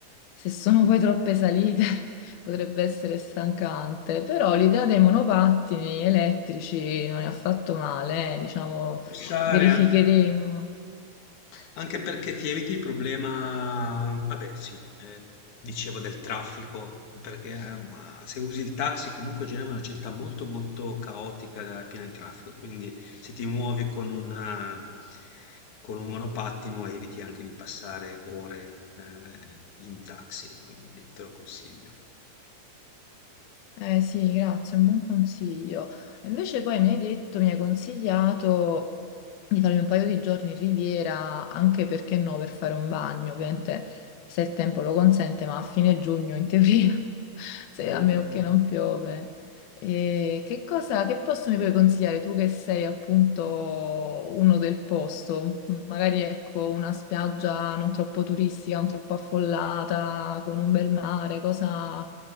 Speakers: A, on the left; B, on the left.
A: se sono poi troppe salite <laughs> potrebbe essere stancante, però l'idea dei monopattini elettrici non è affatto male, eh, Diciamo,
B: Bussare
A: verificheremo.
B: anche, anche perché ti eviti il problema, vabbè sì, eh, dicevo del traffico, perché eh, ma se usi il taxi comunque Genova è una città molto molto caotica, eh, piena di traffico, quindi se ti muovi con una- con un monopattino eviti anche di passare ore eh, in taxi, quindi te lo consiglio.
A: Eh sì, grazie, un buon consiglio. Invece poi mi hai detto, mi hai consigliato di farmi un paio di giorni in riviera, anche perché no, per fare un bagno, ovviamente se il tempo lo consente, ma a fine giugno in teoria, <laughs> se,
B: Dovremmo.
A: a meno che non piove. E che cosa, che posto mi puoi consigliare tu che sei appunto uno del posto? Magari ecco una spiaggia non troppo turistica, non troppo affollata, con un bel mare, cosa...